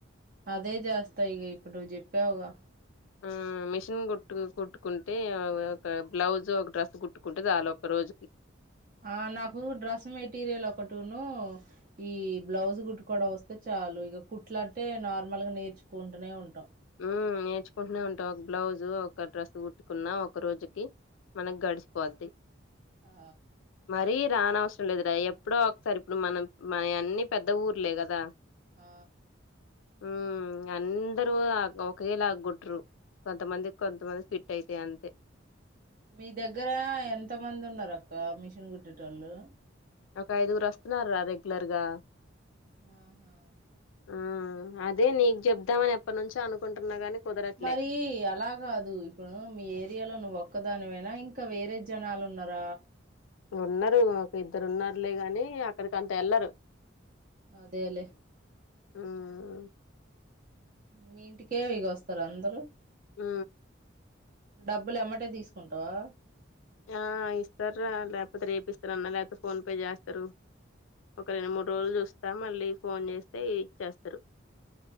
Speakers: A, on the right; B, on the left.
A: అదే జేస్త ఇగ ఇపుడ్ నువ్ చెప్పావు గా
B: ఉ మిషన్ కుట్టు కుట్టుకుంటే ఒక బ్లౌజ్ ఒక డ్రెస్ కుట్టుకుంటే చాలు ఒక రోజుక్
A: ఆ నాకూ డ్రెస్ మెటీరియల్ ఒకటునూ ఈ బ్లౌజ్ కుట్టు కోవడం వస్తే చాలు ఇక కుట్ల్ అంటే నార్మల్ గా నేర్చుకుంటునే ఉంటాం
B: ఊ నేర్చుకుంట్నే ఉంటవ్ ఒక బ్లౌజు ఒక డ్రెస్ కుట్టుకున్న ఒక రోజుకి మనకు గడిసిపోద్ది
A: ఆ
B: మరీ రానవసరం లేదుర ఎప్పుడో ఒకసార్ ఇప్పుడు మనం మన అన్ని పెద్ద ఊర్లే గదా
A: ఆ
B: మ్ అందరు ఒకే లాగ్ కుట్రు కొంతమంది కొంతమంది ఫిట్ అయితాయ్ అంతే
A: మీ దగ్గరా ఎంత మంది ఉన్నరు అక్కా మిషన్ గుడ్డెటోళ్ళు
B: ఒక ఐదుగురు వస్త్నార్ రా రెగ్యులర్గా
A: ఆహా
B: ఆ అదే నీకు చెబ్దామని ఎప్పటినుంచో అనుకుంటున్నా గాని కుదరట్లే
A: మరీ అలా గాదు ఇప్పుడు మీ ఏరియాలో నువ్వు ఒక్క దానివేనా ఇంకా వేరే జనాల్ ఉన్నర
B: ఉన్నరు ఒక ఇద్దరు ఉన్నార్లే గాని అక్కడికి అంత ఎళ్లరు
A: అదేలె
B: మ్
A: మీ ఇంటికే ఇగ ఒస్తరా అందరు
B: మ్
A: డబ్బుల్ ఎమ్మటె తీస్కుంటవా
B: ఆ ఇస్తార్రా లేక్పోతె రేపిస్తరన్న లేక్పోతె ఫోన్పే చేస్తరు ఒక రెండ్ మూడ్ రోజుల్ చూస్తా మళ్ళీ ఫోన్ చేస్తే ఇచ్చేస్తారు